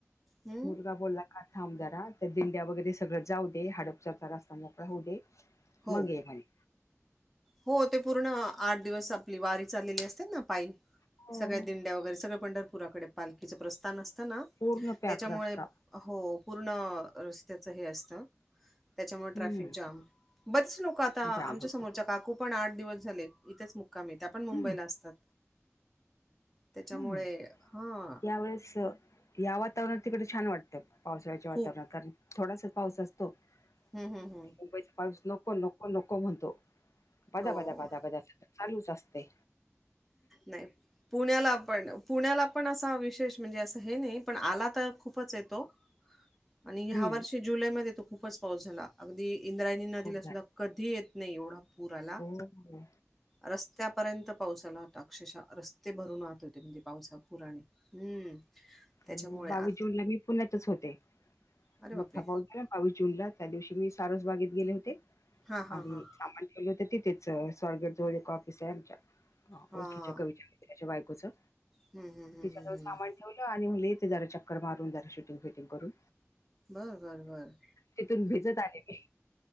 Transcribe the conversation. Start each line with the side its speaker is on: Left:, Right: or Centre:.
Centre: हं,
Left: मुलगा बोला आ थांब जरा तर दिंड्या वगैरे सगळं जाऊ दे हडपसरलाचा रस्ता मोकळा होऊ दे
Centre: हो.
Left: मग ये म्हणे
Centre: हो ते पूर्ण आठ दिवस आपली वारी चाललेली असते ना पायी.
Left: हो.
Centre: सगळ्या दिंड्या वगैरे सगळ पंढरपुराकडे पालखीचं प्रस्थान असतं ना.
Left: पूर्ण पॅक
Centre: त्याच्यामुळे
Left: रस्ता
Centre: हो पूर्ण रस्त्याच हे असतं त्याच्यामुळे ट्रॅफिक
Left: हम्म
Centre: जाम बरेच लोक आता
Left: जाम
Centre: आमच्या
Left: होत
Centre: समोरच्या काकू पण आठ दिवस झाले. इथेच मुक्कामी येत पण
Left: हम्म
Centre: मुंबईला असतात. त्याच्यामुळे
Left: हम्म
Centre: हा
Left: या वळेस या वातावरणात तिकडे छान वाटतं पावसाळ्याच्या
Centre: खूप
Left: वातावरणात कारण थोडासा पाऊस असतो. ते
Centre: हम्म हम्म हम्म.
Left: मुंबईचा पाऊस नको नको नको म्हणतो. बदा
Centre: हो
Left: बदा बदा बदा चालूच असते.
Centre: नाही पुण्याला पण पुण्याला पण असा विशेष म्हणजे असं हे नाही पण आला तर खूपच येतो. आणि ह्या
Left: हम्म
Centre: वर्षी जुलैमध्ये तो खूपच पाऊस झाला अगदी इंद्रायणी नदीला
Left: खूप
Centre: सुद्धा कधी येत नाही एवढा पुर आला.
Left: झालं हो
Centre: रस्त्यापर्यंत पाऊसा आला होता अक्षरशः रस्ता ते भरून राहत होते म्हणजे पावसा पुराणे हम्म त्याच्यामुळे
Left: आणि बावीस
Centre: आ
Left: जूनला मी पुण्यातच होते
Centre: अरे बापरे
Left: मोठा पाऊस झाला बावीस जूनला त्या दिवशी मी सारस बागेत गेले होते.
Centre: हा हा
Left: आणि
Centre: हा
Left: सामान ठेवले होत तिथेच स्वरगेट जवळ एक ऑफिस आहे आमच्या
Centre: हा
Left: ओळखीच्या कवि मिञाच्या बायकोचं
Centre: हम्म हम्म हम्म
Left: तिच्या
Centre: हम्म
Left: जवळ
Centre: हम्म
Left: सामान ठेवलं आणि म्हणलं इथे जरा चक्कर मारून जरा शूटिंग फुटिंग करून
Centre: बर बर बर
Left: तिथून भिजत आले मी